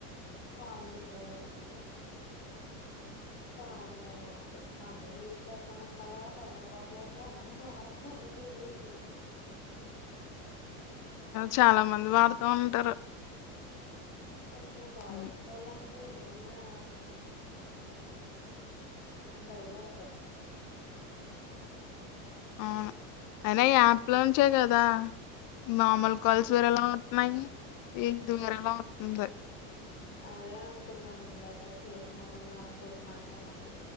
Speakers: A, on the left; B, on the left.
A: కాల్ రికార్డ్ అవుతది ఈ కార్య అప్ మనమే యూజ్ చేస్తున్నామ అంటావా తొందరపాటులో ఇంకా ఎవన్నా వాడుతున్నారో లేదు ఇది
B: చాలా మంది వాడుతా ఉంటారు
A: కొంచెం వాయిస్
B: హ్మ్.
A: కాల్ అం ఏమైనా భయపడతారు
B: ఔను అయినా ఈ యాప్ లోంచే కదా నార్మల్
A: అదే
B: కాల్స్
A: అనుకున్నా
B: వేరలా వతున్నాయి ఇది వేరలా వంతుంది
A: అదే అనుకున్నాను ఇందాక చేసినప్పుడు మనం ఫస్ట్ మాట్లాడినప్పుడు